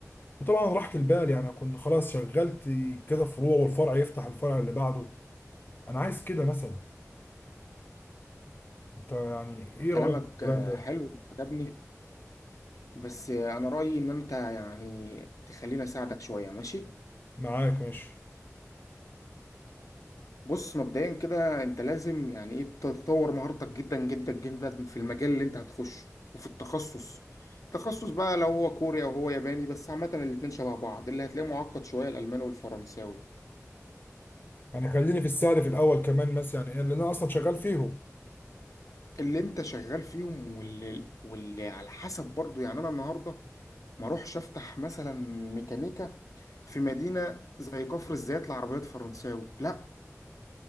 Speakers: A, on the left; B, on the left.
A: وطبعا راحه البال يعني اكون خلاص شغلت كذا فروع والفرع يفتح الفرع اللي بعده انا عايز كده مثلا انت يعني ايه رايك
B: كلامك
A: في الكلام
B: آه،
A: ده
B: حلو وعجبني بس آه، انا رايي ان انت يعني تخليني اساعدك شويه ماشي
A: معاك ماشي
B: بص مبدئيا كده انت لازم يعني ايه تطور مهارتك جدا جدا جدا في المجال اللي انت هتخشه وفي التخصص تخصص بقى لو هو كوري او هو ياباني بس عامه الاتنين شبه بعض اللي هتلاقيه معقد شويه الالماني والفرنساوي
A: يعني خليني في السعر في الاول كمان مثلا يعني إيه، لان انا اصلا شغال فيهم
B: اللي انت شغال فيهم واللي, واللي على حسب برضو يعني انا النهارده ما اروحش افتح مثلا ميكانيكا في مدينه زي كفر الزيات لعربيات فرنساوي لا